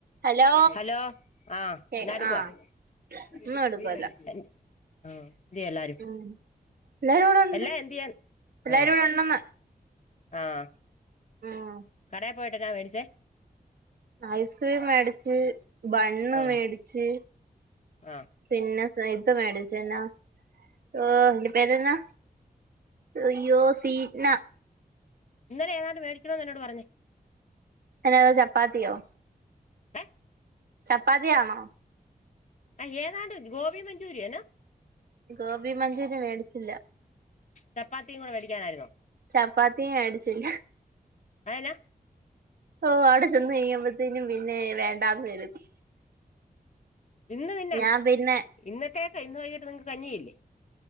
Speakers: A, on the right; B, on the left.
A: ഹലോ
B: ഹലോ ആഹ്
A: കേ
B: എന്നാ എടുക്കുവ
A: ആഹ്
B: ആഹ്
A: ഒന്നും എടുക്കുവല്ല
B: എന്ത്യേ എല്ലാരും
A: ഉം എല്ലാരും ഇവിടെ ഉണ്ട്
B: എല്ലാ എന്ത്യയെന്ന്
A: എല്ലാരും
B: ആഹ്
A: ഇവിടെ ഉണ്ടെന്ന്
B: ആഹ്
A: ഉം
B: കടയിൽ പോയിട്ടന്നാ മേടിച്ചേ
A: ഐസ്ക്രീം മേടിച്ച് ബണ്ണ്
B: ആഹ്
A: മേടിച്ച്
B: ആഹ്
A: പിന്നെ ഇത് മേടിച്ച എന്നാ ഓ അയ്ന്റെ പേരന്നാ അയ്യോ സീന
B: ഇന്നലെ ഏതാണ്ട് മേടിക്കണന്ന് എന്നോട് പറഞ്ഞ്
A: എന്നതാ ചപ്പാത്തിയോ
B: ഏഹ്
A: ചപ്പാത്തിയാണോ
B: ആ ഏതാണ്ട് ഗോപി മഞ്ചൂരിയൊ എന
A: ഗോപി മഞ്ചൂര്യ മേടിച്ചില്ല
B: ചപ്പാത്തിയും കൂടെ മേടിക്കാനായിരുന്നോ
A: ചപ്പാത്തിയും മേടിച്ചില്ല
B: അ എന്നാ
A: ഓ അവിടെ ചെന്ന് നിന്നപത്തേനും പിന്നെ വേണ്ടാന്നു കരുതി
B: ഇന്ന് പിന്നെ,
A: ഞാൻ പിന്നെ
B: ഇന്നത്തേക് ഇന്ന് വൈകിട്ട് നിങ്ങക്ക് കഞ്ഞിയില്ലേ